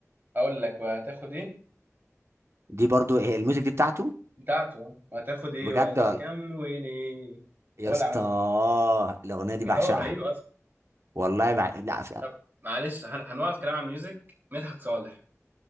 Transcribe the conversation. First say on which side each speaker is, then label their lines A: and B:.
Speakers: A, on the right (about 40°); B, on the right (about 60°).
A: اقول لك وهتاخد ايه
B: دي برضو هي الميوزك دي بتاعته
A: بتاعته وهتاخد ايه
B: بجد
A: ولا
B: وال-
A: كم وليه
B: يا
A: هو
B: اسطى
A: اللي عملها
B: الاغنية دي بعشقها
A: هو رهيب اصلا
B: والله بع... لا ف...
A: طب معلش هن- هنوقف كلام عن الميوزك مدحت صالح